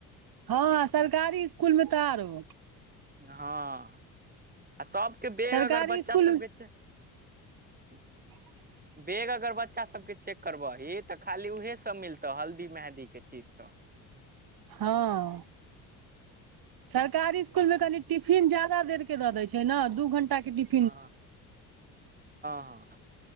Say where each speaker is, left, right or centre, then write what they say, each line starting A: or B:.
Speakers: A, on the right (about 55°); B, on the right (about 20°).
A: हँ सरकारी इस्कुलमे तऽ आरो।
B: हँ आ सबके बेग
A: सरकारी
B: अगर बच्चा
A: स्कूल
B: सबके चे <inaudible>
A: <inaudible>
B: बेग अगर बच्चा सब के चेक करबही त खाली उहे सब मिलतौ हल्दी मेहदी के चीज सब।
A: हॅं सरकारी स्कुल मे कनि टिफिन ज्यादा देर के दऽ दै छै न दू घंटा के टिफि
B: हँ हँ हँ